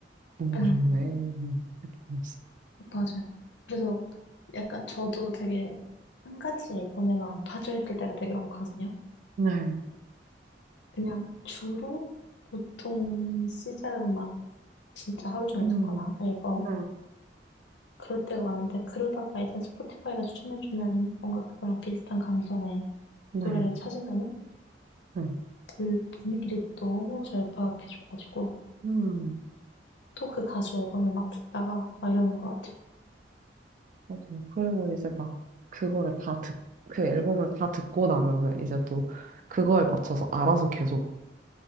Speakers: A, on the right (about 45°); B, on the left (about 70°).
A: 너무
B: 네.
A: 좋네. 음, 느낌이었어요.
B: 맞아요. 그래서 약간 저도 되게 한 가지 앨범에만 빠져 있을 때가 되게 많거든요.
A: 네.
B: 그냥 주로 보통 시자 음악 진짜 하루 종일
A: 음,
B: 듣거나 앨범
A: 네.
B: 그럴 때가 많은데 그러다가 일단 스포티파이가 추천해주는 뭔가 그거랑 비슷한 감성의
A: 네,
B: 노래를 찾으면은
A: 네.
B: 그 분위기를 너무 잘 파악해줘가지고
A: 음,
B: 또 그 가수 앨범을 막 듣다가 막 이러는 것 같아요.
A: 맞아요. 그리고 이제 막 그거를 다 듣, 그 앨범을 다 듣고 나면은 이제 또 그거에 맞춰서 알아서 계속